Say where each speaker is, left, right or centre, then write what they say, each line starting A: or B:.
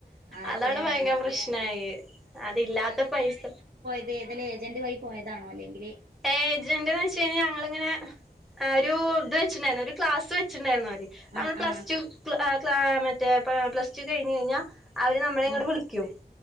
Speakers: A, on the right; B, in the centre.
A: അതെ
B: അതാണ് ഭയങ്കര
A: അതെ
B: പ്രശ്നയി അതില്ലാത്ത പൈസ.
A: ഇത് ഏതലു ഏജന്റ് വയി പോയതാണോ അല്ലെങ്കില്.
B: ഏജന്റ്ന്ന് വെച്ച് കഴിഞ്ഞാ ഞങ്ങളിങ്ങനെ ഒരു ഇത് വെച്ചിട്ടണ്ടായിരുന്നു ഒരു ക്ലാസ് വച്ചിണ്ടായിരുന്നു അവര്. നമ്മൾ
A: ആ
B: പ്ലസ്
A: ആ
B: ടു ക്ല ക്ലാ മറ്റേ പ പ്ലസ് ടു കഴിഞ്ഞ് കഴിഞ്ഞാ. അവര് നമ്മളെ ഇങ്ട്
A: ഉം
B: വിളിക്കും.